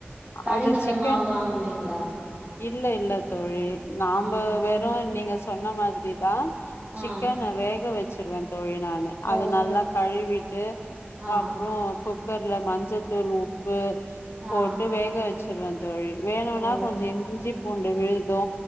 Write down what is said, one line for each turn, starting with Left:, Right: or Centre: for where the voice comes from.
Right: கடைகங்ள்ல
Left: அது சிக்கன்
Right: மாவு வாங்குவீங்களா
Left: இல்ல இல்ல தோழி நாம்ப
Right: ஆ
Left: வெறும் நீங்க சொன்ன மா திரி தா சிக்கன
Right: ஆ
Left: வேக வச்சு சரி வந்த தோழி நானு அத
Right: ஓ
Left: நல்லா கழுவிட்டு
Right: ஆ
Left: அப்றோ குக் குக்கர்ல மஞ்சத்தூள் உப்பு போட்டு
Right: ஆ
Left: வேகவச் சரி வந்த தோழி வேணுனா
Right: ஓ
Left: கொஞ்சோ இஞ் இஞ்சி பூண்டு விழுது